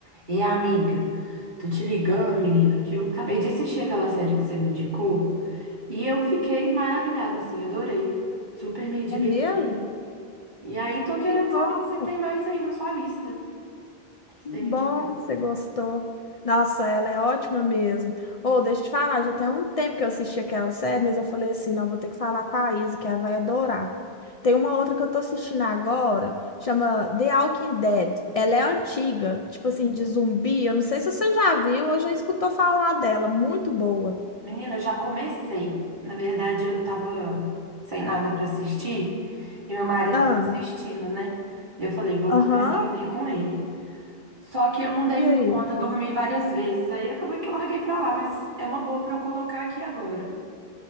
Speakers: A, on the right; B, on the left.
A: E amiga, tô te ligando, menina, porque eu acabei de assistir aquela série que você me indicou e eu fiquei maravilhada, assim, adorei. Super me diverti.
B: É mesmo?
A: E aí tô querendo
B: Que bom,
A: saber se você tem mais aí na sua lista pra você
B: que bom
A: me indicar.
B: que você gostou. Nossa, ela é ótima mesmo. Ô, deixa eu te falar, já tem um tempo que eu assisti aquela série, mas eu falei assim, não, vou ter que falar com a Isa, que ela vai adorar. Tem uma outra que eu tô assistindo agora, chama The Walking Dead. Ela é antiga, tipo assim, de zumbi. Eu não sei se você já viu ou já escutou falar dela. Muito boa.
A: Menina, eu já comecei. Na verdade, eu tava sem nada pra assistir e meu marido
B: Ah,
A: tava assistindo, né? E eu falei, vou
B: aham.
A: começar a ver com ele. Só que eu não dei
B: E
A: muito
B: aí?
A: conta, dormi várias vezes. Aí acabou que eu larguei pra lá, mas é uma boa pra eu colocar aqui agora.